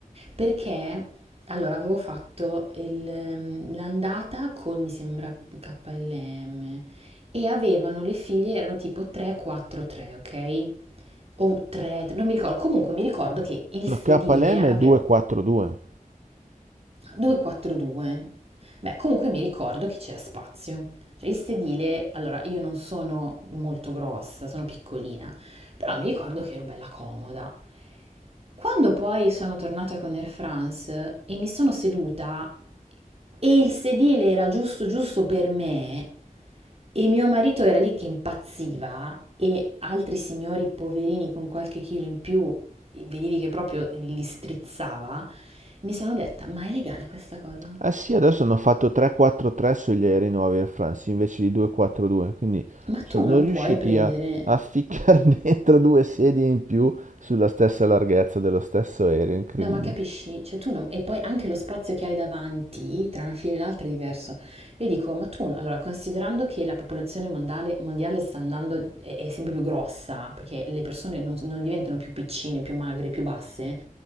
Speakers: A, on the right (about 45°); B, on the right (about 60°).
A: perché allora avevo fatto il, ehm, l'andata con mi sembra KLM e avevano le file erano tipo 3-4-3, ok? O 3, non mi ricordo. Comunque mi ricordo che il sedile
B: La KLM
A: aveva
B: è 242.
A: 242. Beh, comunque mi ricordo che c'era spazio. Cioè, il sedile, allora io non sono molto grossa, sono piccolina, però mi ricordo che ero bella comoda. Quando poi sono tornata con Air France e mi sono seduta e il sedile era giusto giusto per me e mio marito era lì che impazziva e altri signori poverini con qualche chilo in più, vedevi che proprio li strizzava, mi sono detta, ma è legale questa cosa?
B: Eh sì, adesso hanno fatto 3-4-3 sugli aerei nuovi Air France invece di 2-4-2, quindi
A: Ma
B: sono
A: tu non
B: riusciti
A: puoi prendere...
B: a, a ficcare <laughs> dentro due sedie in più sulla stessa larghezza dello stesso aereo, incredibile.
A: No, ma capisci? Cioè tu non... E poi anche lo spazio che hai davanti, tra una fila e l'altra, è diverso. Io dico, ma tu... Allora, considerando che la popolazione mondale- mondiale, sta andando... È, è sempre più grossa, perché le persone non, non diventano più piccine, più magre, più basse,